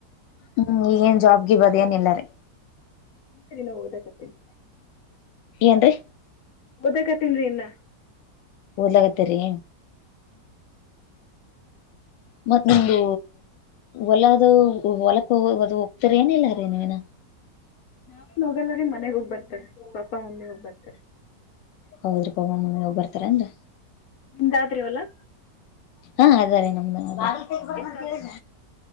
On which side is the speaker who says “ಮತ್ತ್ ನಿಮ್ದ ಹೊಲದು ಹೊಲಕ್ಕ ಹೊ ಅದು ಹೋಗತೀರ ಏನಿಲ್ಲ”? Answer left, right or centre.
Left